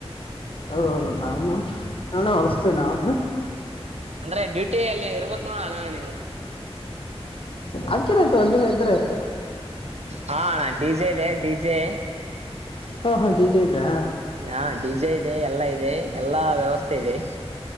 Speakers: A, on the left; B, on the right.
A: ಹೌದೌದು ನಾ ನ ಹೊಳಸ್ತೇ ನಾನು
B: ಅಂದ್ರೆ ಡ್ಯೂಟಿ ಅಲ್ಲಿ ಇರ್ಬೇಕು ಅಣ ನೀವು
A: ಅದ್ಕೇನಾಯ್ತು ಒಂದಿನ ಇದ್ರೆ ಆಯ್ತು
B: ಹಾ ನಾ ಡಿಜೆಇದೆ ಡಿಜೆ
A: ಹಓ ಹ ಡಜೆ ಇದ್ದಾ
B: ಹಾ ಡಿಜೆ ಇದೆ ಎಲ್ಲಾ ಇದೆ ಎಲ್ಲಾ ವ್ಯವಸ್ಥೆ ಇದೆ